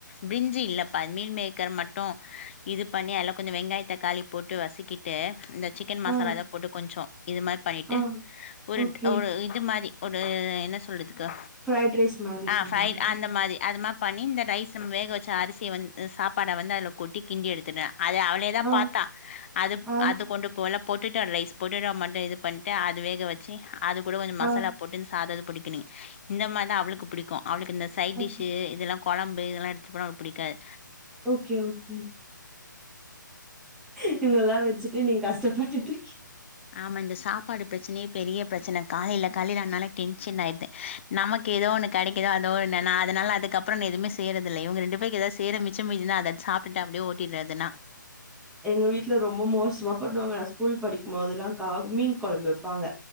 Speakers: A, on the left; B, in the centre.
A: பிரிஞ்சி இல்லப்பா மீல் மேக்கர் மட்டு இது பண்ணி அதல கொஞ்ச வெங்காய தக்காளி போட்டு வசிக்கி விட்டு இந்த சிக்கன்
B: ஆ
A: மசாலா ஏதோ போட்டு கொஞ்சோ இது மாரி பண்ணிட்டு
B: ஆ
A: ஒரு
B: ஓகே
A: ஒரு இது மாரி ஒரு என்ன சொல்றதுக்கா
B: ஃப்ரைட் ரைஸ் மாரி
A: ஆ
B: சொல்றீங்களா?
A: ஃப்ரை அந்த மாரி அது மா பண்ணி இந்த ரைஸ் நம்ம வேக வச்ச அரிசிய வந் சாப்பாட வந்து அதுல கொட்டி கிண்டி எடுத்துட்டே அது அவளே தா
B: ஆ
A: பாத்தா அது
B: ஆ
A: அது கொண்டு போல பொட்டுட்டோ ரைஸ் பொட்டுட்டோ மட்டு இது பண்ட்டு அது வேக வச்சு அது கூட கொஞ்ச மசாலா
B: ஆ
A: போட்டு இந்த சாத புடிக்கனி இந்த மார் தா அவளுக்கு புடிக்கு அவளுக்கு இந்த சைட்
B: ஓகே
A: டிஷு இதெல்லா கொழம்பு இதெல்லா எடுத்துட்டு போனா அவளுக்கு புடிக்காது
B: ஓகே ஓகே இவங்கல்லா வச்சு ட்டு நீங்க கஷ்டப்பட்டுட்டு இருக்கீ
A: ஆமா இந்த சாப்பாடு பிரச்சனயே பெரிய பிரச்சன காலைல காலைல ஆனாலே டென்ஷன் ஆயிடுது நமக்கு ஏதோ ஒன் என்ன கெடைக்குதோ அதோ ஒன்னு நா அதனால அதுக்கப்பறோ நா எதுமே செய்யறது இல்ல இவங்க ரெண்டு பேருக்கு எதா செய்ற மிச்சம் மீதி இந்தா அத சாப்ட்டுட்டு அப்டியே ஓட்டிறது நா
B: எங்க வீட்டுல ரொம்ப மோசமா பண்ணுவாங்க நா ஸ்கூல் படிக்கும்போதல்லாகா மீன் கொழம்பு வெப்பாங்க